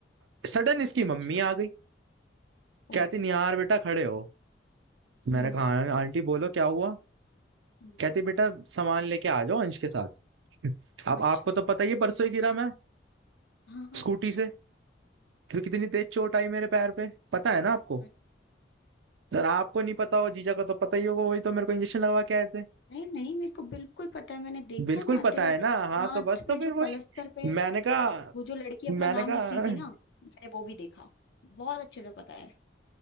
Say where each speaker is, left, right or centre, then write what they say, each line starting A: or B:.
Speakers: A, on the right (about 80°); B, on the left (about 65°).
A: सडन इसकी
B: अच्छा
A: मम्मी आ गई
B: ओहो
A: कहती निहार बेटा खड़े हो मैंने
B: हम्म
A: कहा "हाँ, आंटी बोलो क्या हुआ
B: हम्म,
A: कहती बेटा सामान लेके आ जाओ अंश के साथ अब
B: अच्छा
A: आपको तो पता ही है परसों ही गिरा मैं
B: हाँ हाँ
A: स्कूटी
B: हाँ हाँ
A: से क्यों कितनी तेज चोट आई मेरे पैर पे पता है ना आपको
B: वही।
A: अगर आपको नहीं पता हो जीजा को तो पता ही होगा वही तो मेरे को इंजेक्शन लगवा के आए थे
B: नहीं नहीं मेरे को बिल्कुल पता है मैंने देखा
A: बिल्कुल
B: ना
A: पता
B: तेरे
A: है ना हाँ
B: हाथ
A: तो बस तो
B: पे
A: फिर
B: जो
A: वही
B: पलस्तर पे
A: मैंने कहा
B: वो जो लड़की अपना
A: मैंने
B: नाम
A: कहा
B: लिख रही थी ना मैंने वो भी देखा बहुत अच्छे से पता है